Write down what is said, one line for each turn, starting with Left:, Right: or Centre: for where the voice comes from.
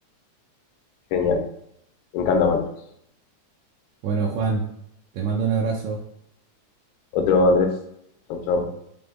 Left: Genial. Me encanta Matrix.
Right: Bueno, Juan, te mando un abrazo.
Left: Otro, Andrés. Chau, chau.